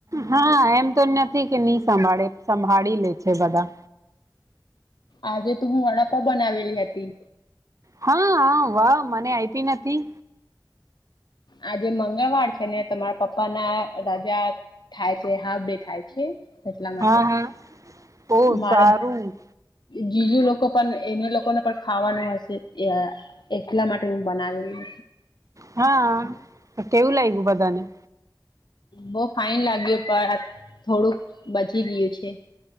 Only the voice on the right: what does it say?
હા, એમ તો નથી કે નહી સંભાળે સંભાળી લે છે બધા.
હા હા વાહ મને આપી નથી
હા હા ઓ સારું
હા કેવું લાગ્યું બધાને?